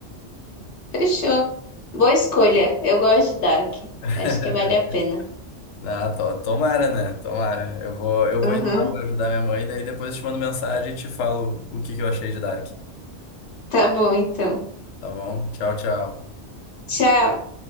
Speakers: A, on the left (about 55°); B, on the left (about 80°).
A: Fechou. Boa escolha. Eu gosto de Dark.
B: <laughs>
A: Acho que vale a pena.
B: Ah, to- tomara, né? Tomara. Eu vou, eu vou
A: Uhum.
B: indo lá pra ajudar minha mãe, daí depois eu te mando mensagem e te falo o que que eu achei de Dark.
A: Tá bom, então.
B: Tá bom? Tchau, tchau.
A: Tchau.